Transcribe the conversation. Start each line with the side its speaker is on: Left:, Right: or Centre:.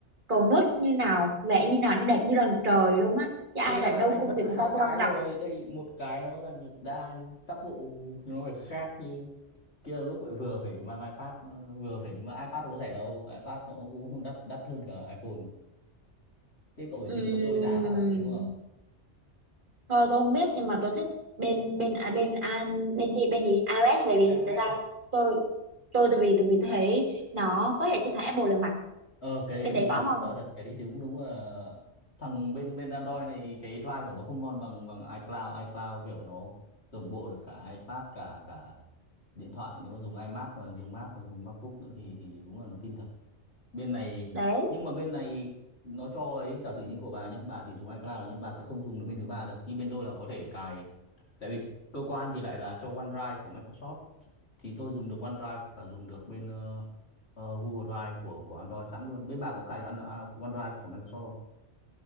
Right: cậu nốt như nào vẽ như nào nó đẹp như lần trời luôn á chứ
Left: thế
Right: ai
Left: là
Right: rảnh
Left: đã
Right: đâu
Left: thành
Right: công
Left: mất
Right: việc người
Left: hai
Right: ta có
Left: cái
Right: quan
Left: rồi
Right: trọng
Left: đây một cái nó là nhược đa tác vụ nó phải khác như kia là lúc lại vừa phải mang iPad vừa phải mang iPad nó có rẻ đâu iPad nó cũng không đắt đắt hơn cả iPhone thế cậu phải
Right: Ừm,
Left: tính gấp đôi giá vào chứ đúng không
Right: Thôi tôi không biết nhưng mà tôi thích bên bên à, bên an bên gì bên gì iOS bởi vì
Left: iOS
Right: tại sao
Left: ấy.
Right: tôi tôi tại vì tại vì tôi thấy nó có hệ sinh thái Apple liền mạch
Left: ờ cái đấy
Right: bên
Left: thì
Right: đấy có
Left: thì
Right: không
Left: sợ thật cái đấy thì cũng đúng là thằng bên bên Android này cái drive của nó không ngon bằng bằng iCloud iCloud kiểu nó đồng bộ được cả iPad cả cả điện thoại nếu mà dùng iMac mà dùng Mac mà dùng MacBook nữa thì thì đúng là nó kinh thật bên này
Right: đấy
Left: nhưng mà bên này nó cho ấy giả sử như của bà nhé bà chỉ dùng iCloud nhé bà sẽ không dùng được bên thứ ba được nhưng bên tôi là có thể cài tại vì cơ quan thì lại là cho OneDrive của Microsoft thì tôi dùng được OneDrive và dùng được bên ờ, ờ, Google Drive của của Android sẵn luôn bên bà có cài được An- à, OneDrive của Microsoft không